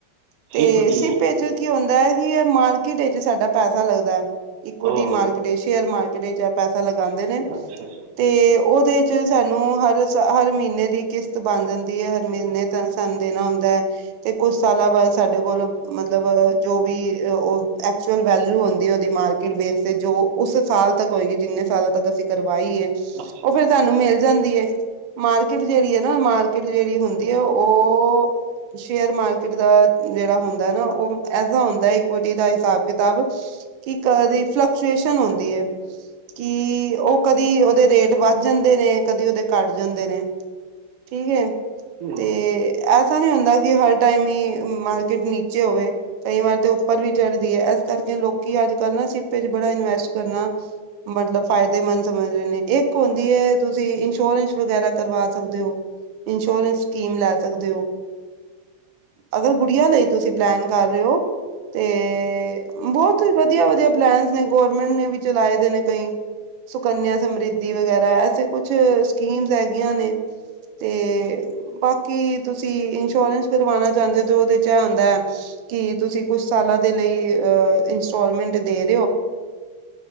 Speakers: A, on the right; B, on the right.
A: ਤੇ
B: ਸਿਪ ਕੀ
A: ਸਿੱਪੇ
B: ਹੈ
A: ਕੀ ਹੁੰਦਾ ਹੈ ਕਿ ਮਾਰਕੀਟ ਵਿੱਚ ਸਾਡਾ ਪੈਸਾ ਲੱਗਦਾ ਹੈ। ਇਕਟੀ
B: ਹਾਂ
A: ਮਾਰਕੀਟ ਸ਼ੇਅਰ ਮਾਰਕੀਟ 'ਚ ਪੈਸਾ ਲਗਾਉਦੇ ਨੇ
B: ਅੱਛਾ ਜੀ
A: ਤੇ ਉਹ। ਦੇ 'ਚ ਸਾਨੂੰ ਹਰ ਹਰ ਮਹੀਨੇ ਦੀ ਕਿਸ਼ਤ ਬਣ ਜਾਂਦੀ ਹੈ। ਮਹੀਨੇ ਤਿੰਨ ਸਾਨੂੰ ਦੇਣਾ ਹੁੰਦਾ ਹੈ ਤੇ ਕੁੱਛ ਸਾਲਾਂ ਬਾਅਦ ਸਾਡੇ ਕੋਲ ਮਤਲਬ ਜੋ ਵੀ। ਉਹ ਐਕਚੁਅਲ ਵੈਲਿਊ ਆਉਂਦੀ ਉਹਦੀ ਮਾਰਕੀਟ ਬੇਸ ਤੇ ਜੋ ਉਸ ਸਾਲ ਤੱਕ ਹੋਏਗੀ ਜਿੰਨੇ। ਸਾਲਾਂ ਤੱਕ ਅਸੀਂ ਕਰਵਾਈਏ
B: ਅੱਛਾ
A: ਉਹ ਫੇਰ ਸਾਨੂੰ ਮਿਲ। ਜਾਂਦੀ ਹੈ ਮਾਰਕੀਟ ਜਿਹੜੀ ਹੈ ਨਾ ਮਾਰਕੀਟ ਜਿਹੜੀ ਹੁੰਦੀ ਹੈ ਉਹ। ਸ਼ੇਅਰ ਮਾਰਕੀਟ ਦਾ ਜਿਹੜਾ ਹੁੰਦਾ ਨਾ ਉਹ ਐਸਾ ਹੁੰਦਾ ਹੈ ਇਕਵਿਟੀ ਦਾ ਹਿਸਾਬ ਕਿਤਾਬ। ਕੀ ਕਦੀ ਫਲਕਚੁਏਸ਼ਨ ਹੁੰਦੀ ਹੈ? ਕਿ ਉਹ ਕਦੀ ਉਹਦੇ ਰੇਟ ਵੱਧ ਜਾਂਦੇ ਨੇ ਕਦੀ ਉਹਦੇ ਘੱਟ ਜਾਂਦੇ ਨੇ। ਠੀਕ ਹੈ
B: ਹੂੰ
A: ਤੇ ਐ। ਏਦਾ ਨੀ ਹੁੰਦਾ ਕਿ ਹਰ ਟਾਈਮ ਹੀ ਮਾਰਕੀਟ ਨੀਚੇ ਹੋਵੇ ਕਈ ਵਾਰ ਤੇ ਉੱਪਰ ਵੀ ਚੜਦੀ ਹੈ ਇਸ ਕਰਕੇ। ਲੋਕੀ ਅੱਜ ਕੱਲ੍ਹ ਨਾ ਸਿੱਪੇ ਚ ਬੜਾ ਇਨਵੈਸਟ ਕਰਨਾ ਮਤਲਬ ਫਾਇਦੇਮੰਦ ਸਮਝਦੇ ਨੇ ਇੱਕ ਹਦੀ ਤੁਸੀਂ ਇੰਸ਼ੋਰੈਂਸ ਵਗੈਰਾ ਕਰਵਾ ਸਕਦੇ ਹੋ ਇੰਸ਼ੋਰੈਂਸ ਸਕੀਮ ਲੈ ਸਕਦੇ ਹੋ ਅਗਰ ਗੁੜੀਆਂ ਲਈ ਤੁਸੀਂ ਪਲੈਨ ਕਰ ਰਹੇ ਹੋ ਤੇ ਬਹੁਤ ਵਧੀਆ ਵਧੀਆ ਪਲੈਨ ਨੇ ਗਰਮੈਂਟ ਨੇ ਵੀ ਚਲਾਏ ਦੇ ਨੇ ਕਈ ਸੁਕਨਿਆ ਸਮ੍ਰਿਧੀ ਵਗੈਰਾ ਐਸੇ ਕੁਛ ਸਕੀਮ ਹੈਗੀਆਂ ਨੇ ਤੇ ਬਾਕੀ ਤੁਸੀਂ ਇੰਸ਼ੋਰੈਂਸ ਕਰਵਾਉਣਾ ਚਾਹੁੰਦੇ ਹੋ ਤੇ ਉਹਦੇ ਚ ਇਹ ਹੁੰਦਾ ਹੈ ਕਿ ਤੁਸੀਂ ਕੁਛ ਸਾਲ ਦੇ ਲਈ ਅਹ ਇੰਸਟਾਲਮੈਂਟ ਦੇ